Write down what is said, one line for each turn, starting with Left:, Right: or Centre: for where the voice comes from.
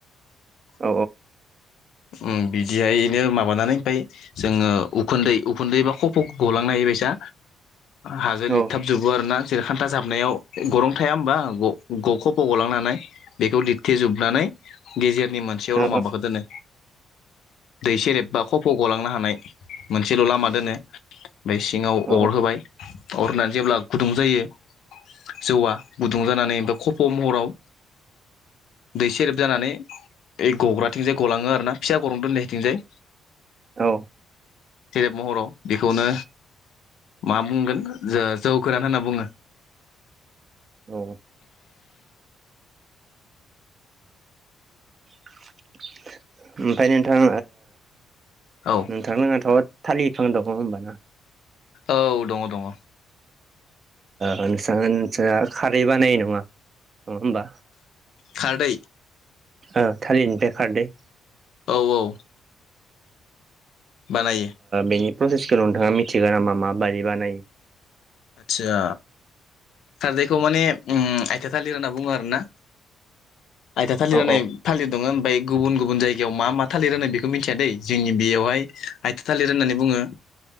Left: <inaudible>
Right: औ
Left: बिदिहायनो माबानानै ओमफ्राय जोङो उखुन्दै उखुन्दै बा खफ' गलांनो हायोबायसा हाजो
Right: औ
Left: लिरथाब
Right: ओ
Left: जोबो आरो ना। जेरखान्था जाबनायाव गरं थाया होमबा गखफ' गलांनो हानाय बेखौ लिरथे जोबनानै गेजेर नि मोनसेयावल'
Right: औ
Left: माबाखौ दोनो दै सेरेब बा खफ' गलांनो हानाय मोनसेल' लामा दोनो। ओमफ्राय सिङाव
Right: औ
Left: अर होबाय। अर होननानै जेब्ला गुदुं जायो जौवआ गुदुं जानानै ओमफ्राय खफ' महराव दै सेरफ जानानै बे गग्राथिंजाय गलाङो आरोना फिसा गरम दोनैथिंजाय
Right: औ।
Left: सेरेब महराव बेखौनो मा बुंगोन जौगोरान होनना बुङो।
Right: औ। <unintelligible> ओमफ्राय नोंथां
Left: औ
Right: नोंथांनोङाथ' थालिर बिफां दं होनबा ना?
Left: औ। दङ दङ।
Right: नोंसा नोंसा खारै बानाय नङा होमबा?
Left: खारदै
Right: औ थालिरनिफ्राय खारदै
Left: औ औ। बानायो
Right: बेनि प्रसेसखौ नोंथाङा थिगोन मा माबायदि बानायो?
Left: आचसा खारदैखौ माने आयथा थालिर होनना बुङो आरोना? आइथा थालिरनाय
Right: औ औ
Left: थालिर दङ ओमफ्राय गुबुन गुबुन जायगायाव मा मा थालिर होनो बेखौ मिथिया दै जोंनि बेयावहाय आथिया थालिर होननानै बुङो।